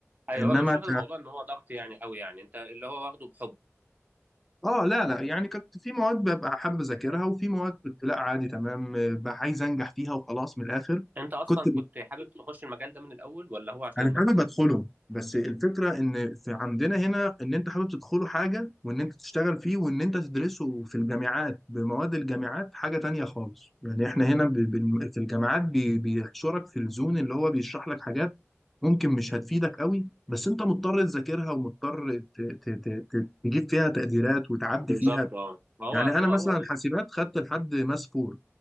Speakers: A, on the right; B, in the centre.
A: ايوه
B: انما
A: مش واخد
B: ك...
A: الموضوع ان هو ضغط يعني قوي يعني انت اللي هو واخده بحب
B: اه لا لا يعني كنت في مواد ببقى حابب اذاكرها وفي مواد كنت لا عادي تمام بقى عايز انجح فيها وخلاص من الاخر
A: انت اصلا
B: كنت ب...
A: كنت حابب تخش المجال ده من الاول ولا هو عشان
B: انا
A: المجموع
B: حابب ادخلهم بس الفكره ان في عندنا هنا ان انت حابب تدخله حاجه وان انت تشتغل فيه وان انت تدرسه في الجامعات بمواد الجامعات حاجه تانية خالص يعني احنا هنا ب... ب... في الجامعات بي... بيحشرك في الزون اللي هو بيشرح لك حاجات ممكن مش هتفيدك قوي بس انت مضطر تذاكرها ومضطر ت... ت... ت... ت- تجيب فيها تقديرات وتعدي
A: بالظبط
B: فيها
A: اه ما هو
B: يعني
A: هو
B: انا مثلا
A: هو ال...
B: حاسبات خدت لحد ماس فور